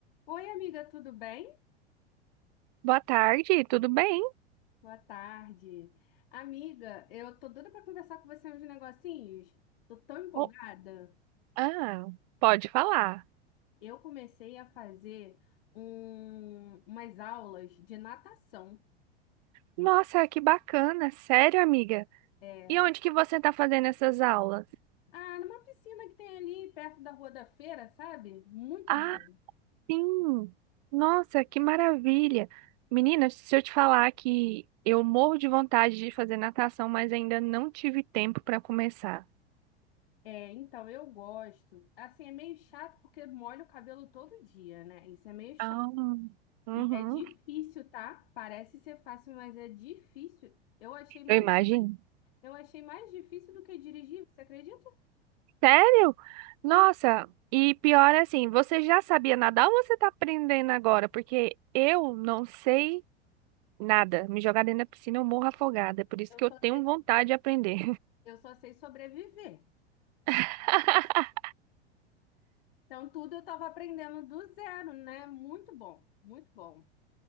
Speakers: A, on the left (about 60°); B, on the right (about 40°).
A: Oi, amiga, tudo bem?
B: Boa tarde, tudo bem?
A: Boa tarde. Amiga, eu tô doida pra conversar com você uns negocinhos. Tô tão empolgada.
B: Oh, ah, pode falar.
A: Eu comecei a fazer um- umas aulas de natação.
B: Nossa, que bacana, sério, amiga.
A: É,
B: E onde que você está fazendo essas aulas?
A: ah, numa piscina que tem ali perto da Rua da Feira, sabe? Muito
B: Ah,
A: bom.
B: sim. Nossa, que maravilha. Menina, se eu te falar que eu morro de vontade de fazer natação, mas ainda não tive tempo para começar.
A: É, então eu gosto. Assim, é meio chato porque molho o cabelo todo dia, né? Isso é meio chato.
B: Ah, uhum.
A: E é difícil, tá? Parece ser fácil, mas é difícil. Eu achei mais
B: Eu imagino.
A: Eu achei mais difícil do que dirigir, você acredita?
B: Sério? Nossa,
A: Sim,
B: e pior assim, você já sabia nadar ou você está aprendendo agora? Porque eu não sei Nada. Me jogar dentro da piscina, eu morro afogada. é Por isso
A: eu
B: que
A: só
B: eu tenho
A: sei,
B: vontade de aprender.
A: eu só sei sobreviver.
B: <laughs>
A: Então, tudo eu estava aprendendo do zero, né? Muito bom, muito bom.